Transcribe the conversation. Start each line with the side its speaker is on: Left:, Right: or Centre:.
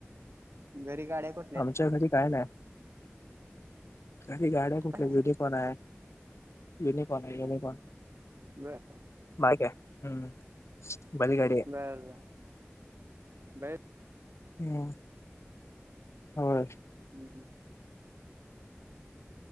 Right: घरी गाड्या को
Left: आमच्या घरी काय नाही. घरी गाड्या कुठल्या
Right: हा ना
Left: युनिकोन आहे, युनिकॉन आहे युनिकॉन.
Right: बर
Left: माहित ये, हम्म बैलगाडी ये.
Right: <unintelligible> बै
Left: हं.. होय.
Right: हम् हम्.